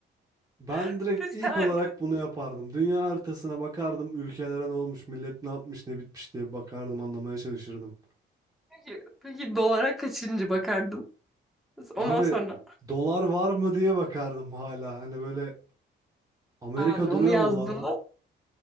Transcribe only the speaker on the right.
Ben
direkt
ilk
olarak bunu yapardım. Dünya haritasına bakardım, ülkelere ne olmuş, millet ne yapmış, ne bitmiş diye bakardım, anlamaya çalışırdım.
Abi
dolar var mı diye bakardım hala. Hani böyle Amerika
duruyor
mu la